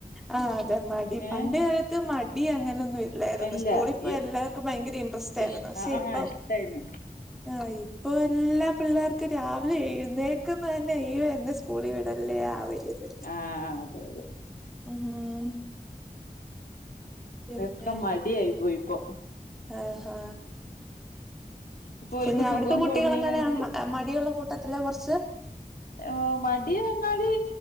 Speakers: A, in the centre; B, on the left (about 75°).
A: ആഹ് അതെ മടി
B: ഏ
A: പണ്ട് കാലത്ത് മടി അങ്ങനൊന്നും ഇ ഇല്ലായ്രുന്നു
B: ഇല്ല
A: സ്കൂള് പ്പോയല്ലാർക്കും ഭയങ്കര ഇൻട്രസ്റ്റായിരുന്നു.
B: ഇഷ്
A: പക്ഷെ
B: ആഹ്
A: ഇപ്പം
B: ഇഷ്ടായിനു
A: ആ ഇപ്പൊ എല്ലാ പിള്ളേർക്കും ക്ക് രാവിലെ എഴുന്നേക്ക്ന്ന് തന്നെ അയ്യോ എന്നെ സ്കൂളിവിടല്ലേ ആ ഒരിത്.
B: ആഹ് അതെ
A: ഉം പിന്നെ
B: ഒക്കെ മടി ആയി പോയിപ്പോ.
A: ആഹ് ഹാ
B: ഇപ്പൊ ഓൽക്ക്
A: പിന്നെ
B: സുഖം
A: അവിടുത്തെ കുട്ടികളെങ്ങനെ
B: കൂടുന്നതിനനുസ
A: മടിയുള്ള കു പത്തില കൊറച്ച്.
B: ഉം മടി യന്നാല്